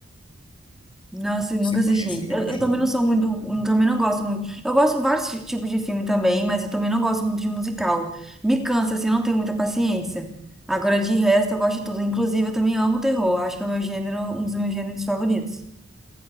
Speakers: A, in the centre; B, on the left (about 25°).
A: não assim, nunca
B: Você
A: assisti.
B: conhece Rei
A: Eu,
B: do
A: eu
B: Show?
A: também não sou muito, eu também não gosto muito. Eu gosto de vários ti- tipos de filme também, mas eu também não gosto muito de musical. Me cansa, assim, eu não tenho muita paciência. Agora, de resto, eu gosto de tudo. Inclusive, eu também amo terror. Acho que é o meu gênero, um dos meus gêneros favoritos.